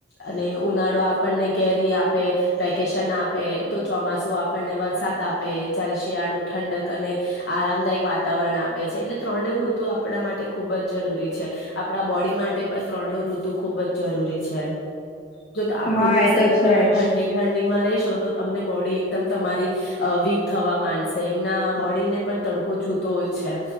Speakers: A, on the left (about 75°); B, on the left (about 40°).
A: અને ઉનાળો આપણને કેરી આપે, વેકેશન આપે, તો ચોમાસ સું આપણને વરસાદ આપે. જયારે શિયાળો ઠંડક અને આરામદાયક વાતાવરણ આપે છે. એ ત્રણે ઋતુ આપણા માટે ખૂબ જ જરૂરી છે. આપણા બોડી માટે પણ તણે ઋતુ ખુબ જ જરૂરી છે. જો આખો
B: હા
A: દિવસ
B: એ તો
A: અગર
B: છે
A: તમે ઠંડી-ઠંડી
B: જ
A: એમા રેશો તો તમને બોડી એકમ તમારી વીક થવા માંડશે. એમના બોડીને પણ <unintelligible> જતો હોય છે.